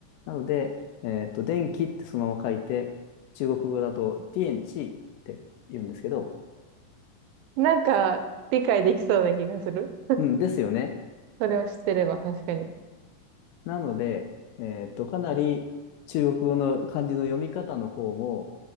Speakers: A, on the left; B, on the right.
A: なので、えっと、電気ってそのまま書いて、中国語だとディエンチーって言うんですけど、
B: ん。なんか、理解できそうな気がする。
A: うん、ですよね。
B: それを知ってれば、確かに。
A: なので、えっと、かなり中国語の漢字の読み方の方も